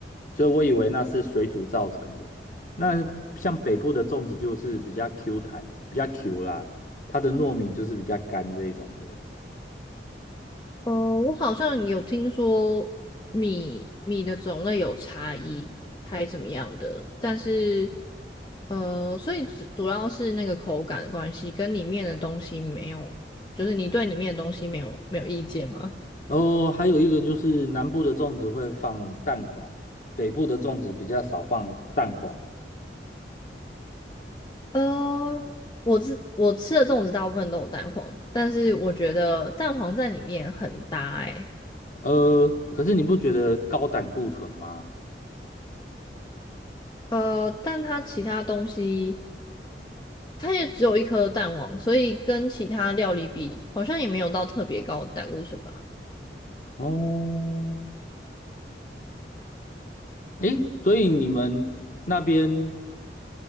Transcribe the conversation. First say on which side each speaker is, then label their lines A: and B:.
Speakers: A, on the left; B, on the left.
A: 所以我以为那是水煮造成的。那像北部的粽子就是比较 Q 弹，比较 Q 啦，它的糯米就是比较干这一种的。
B: 哦，我好像有听说米米的种类有差异，还怎么样的，但是呃，所以主主要是那个口感的关系，跟里面的东西没有，就是你对里面的东西没有没有意见吗？
A: 然后还有一个就是南部的粽子会放蛋黄，北部的粽子比较少放蛋黄。
B: 呃，我吃我吃的粽子大部分都有蛋黄，但是我觉得蛋黄在里面很搭欸。
A: 呃，可是你不觉得高胆固醇吗？
B: 呃，但它其他东西。它也只有一颗蛋黄，所以跟其他料理比，好像也没有到特别高的胆固醇吧。
A: 哦，诶，所以你们那边